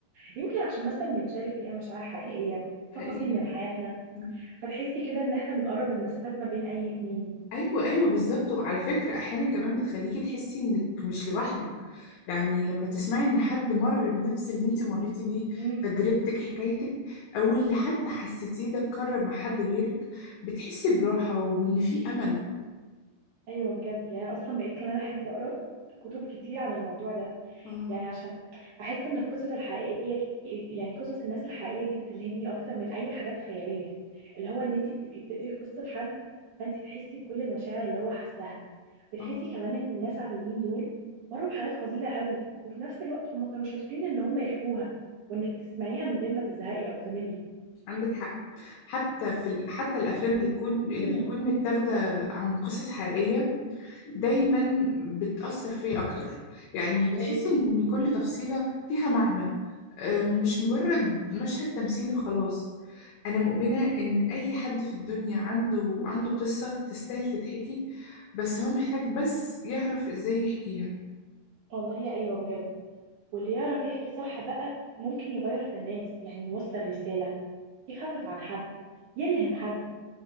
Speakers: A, on the right; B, on the left.
A: يمكن عشان مثلا بنشارك فيها مشاعر حقيقية
B: حقيقي
A: تفاصيل من حياتنا
B: م.
A: فتحسي كده ان احنا بنقرب المسافات ما بين اي اتنين
B: ايوه ايوه بالظبط وعلى فكرة احيانا كمان بتخليكي تحسي انك مش لوحدك يعني لما تسمعي ان حد مر بنفس اللي انتي مريتي بيه
A: امم
B: تجربتك حكايتك او اللي حتى حسيتيه ده اتكرر مع حد غيرك بتحسي براحة وان في امل
A: ايوه بجد يعني أنا اصلا بقيت كمان احب اقرا كتب كتير عن الموضوع ده
B: اه
A: يعني عشان احس ان القصص الحقيقيه يعني قصص الناس الحقيقيه دي بتلهمني اكتر من اي حاجات خياليه اللي هو ان انت بتبقي بتقري قصه حد فانت تحسي بكل المشاعر اللي هو حسها بتحسي
B: اه
A: كمان ان الناس عاديين دول مروا بحاجات عظيمه قوي وفي نفس الوقت هم كانوا شاطرين ان هم يحكوها وانك تسمعيها من غير ما تزهقي او تملي
B: عندك حق حتى في ال... حتى الافلام اللي تكون اللي
A: امم
B: بتكون متاخده عن قصص حقيقيه دايما بتأثر فيا أكتر يعني بتحس
A: ايوه
B: إن كل تفصيلة ليها معنى أم، مش مجرد مشهد تمثيلي وخلاص أنا مؤمنة إن أي حد في الدنيا عنده عنده قصة تستاهل تتحكي بس هو محتاج بس يعرف إزاي يحكيها
A: والله ايوه بجد واللي يعرف يحكي صح بقى ممكن يغير في الناس يعني يوصل رسالة يخفف عن حد يلهم حد